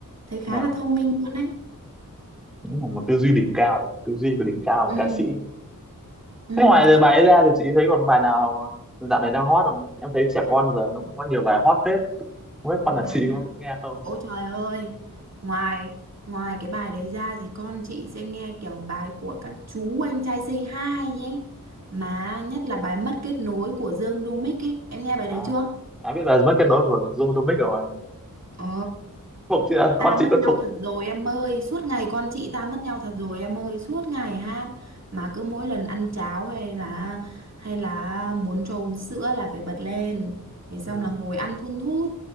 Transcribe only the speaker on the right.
thấy khá
là thông minh luôn đấy
ừ
ừ
bài
đó.
ôi trời ơi ngoài ngoài cái bài đấy ra thì con chị sẽ nghe kiểu bài của các chú anh trai Say Hi ấy mà nhất là bài mất kết nối của Dương Đu Mích ấy em nghe bài đấy
chưa
ờ
Ta
mất
nhau
thật rồi em ơi, suốt ngày con chị ta mất nhau thật rồi em ơi, suốt ngày hát mà cứ mỗi lần ăn cháo hay là hay là muốn cho uống sữa là phải bật lên. Thế xong
là ngồi ăn thun thút